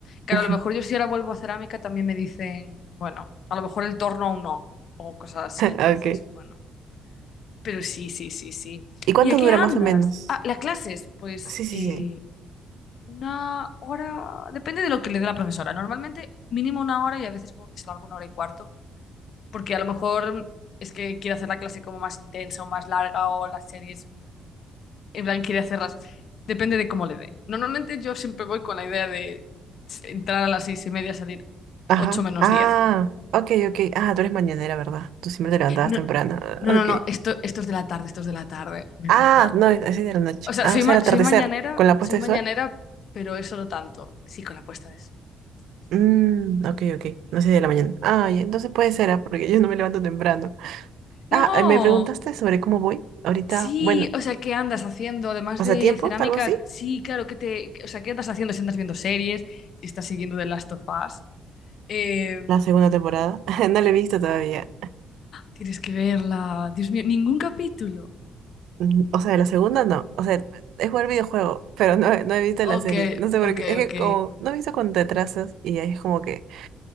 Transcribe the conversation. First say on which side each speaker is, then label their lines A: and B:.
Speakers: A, on the left; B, on the right.
A: claro,
B: <laughs>
A: a lo mejor yo si ahora vuelvo a cerámica también me dicen, bueno, a lo mejor el torno aún no, o cosas así, entonces,
B: Ok.
A: bueno. Pero sí, sí, sí, sí.
B: ¿Y cuánto
A: ¿Y a qué
B: dura
A: andas?
B: más o menos?
A: Ah, las clases, pues
B: Sí, sí,
A: eh,
B: sí.
A: una hora, depende de lo que le dé la profesora. Normalmente mínimo una hora y a veces como que se larga una hora y cuarto, porque a lo mejor es que quiere hacer la clase como más intensa o más larga o las series mm, en plan, quiere hacerlas. Depende de cómo le dé. Normalmente yo siempre voy con la idea de entrar a las seis y media, salir
B: Ajá.
A: ocho menos
B: Ah,
A: diez.
B: ok, ok. Ah, tú eres mañanera, ¿verdad? Tú siempre te levantabas
A: No,
B: temprano. Ah,
A: no, no,
B: Ok.
A: no, esto, esto es de la tarde, esto es de la tarde, menos
B: Ah,
A: mal.
B: no, es así de la noche.
A: O sea,
B: Ah,
A: soy,
B: o sea,
A: ma-
B: el atardecer,
A: soy mañanera,
B: con la
A: soy
B: puesta
A: mañanera,
B: de sol.
A: pero eso no tanto. Sí, con la puesta de sol. con la puesta de sol,
B: Mmm, ok, ok.
A: sí.
B: No sé de la mañana. Ay, entonces puede ser, ah, porque yo no me levanto temprano. Ah,
A: No,
B: eh, me preguntaste sobre cómo voy. Ahorita,
A: sí,
B: bueno,
A: o sea, ¿qué andas haciendo? Además
B: pasatiempos,
A: de cerámica,
B: algo así.
A: sí, claro, ¿qué te, o sea, ¿qué andas haciendo si andas viendo series, si estás siguiendo The Last of Us? Eh,
B: La segunda temporada. <laughs> No la he visto todavía.
A: Tienes que verla. Dios mío, ningún capítulo.
B: Mm, O sea, la segunda no. O sea, es jugar videojuego, pero no, he- no he visto
A: Ok,
B: la serie. No sé por
A: ok,
B: qué. Es
A: ok.
B: que como no he visto con te atrasas y ahí es como que.